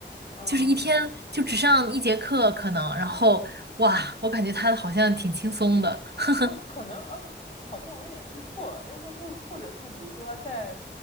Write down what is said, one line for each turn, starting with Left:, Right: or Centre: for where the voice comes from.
Left: 嗯，
Right: 就是一天就只上一节课可能，然后哇，我感觉他好像挺轻松的。<laughs>
Left: 哦，可能哦，好像我有点记错了，因为他或或者是比如说他带